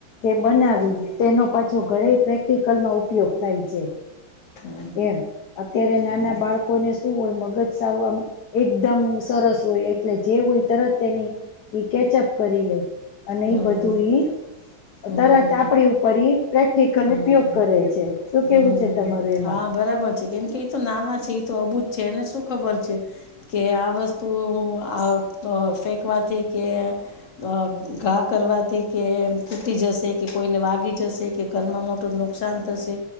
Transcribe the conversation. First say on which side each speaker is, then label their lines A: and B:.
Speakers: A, on the left; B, on the left.
A: કે બનાવી
B: હમ
A: તેનો પાછો ઘરે પ્રેક્ટિકલમાં ઉપયોગ થાય છે.
B: હમ
A: એમ, અત્યારે નાના
B: હમ
A: બાળકોને શું હોય મગજ સાવ એકદમ સરસ હોય એટલે જે હોય તરત તેની એ કેચઅપ કરી લે. અને
B: હમ
A: એ બધું ઈ
B: હમ
A: તરત
B: હમ
A: આપડી ઉપર ઈ પ્રેક્ટિકલ
B: હમ
A: ઉપયોગ
B: હમ
A: કરે છે. શું
B: હમ
A: કેવું છે તમારું? એ
B: હા, બરાબર છે કેમ કે એ તો નાના છે. એ તો અબૂ જ છે. એને શું ખબર છે, કે આ વસ્તુઓ આ અહ ફેકવાથી કે આહ ઘા કરવાથી કે તૂટી જશે કે કોઈને વાગી જશે કે ઘરમાં મોટું નુકસાન શાન થશે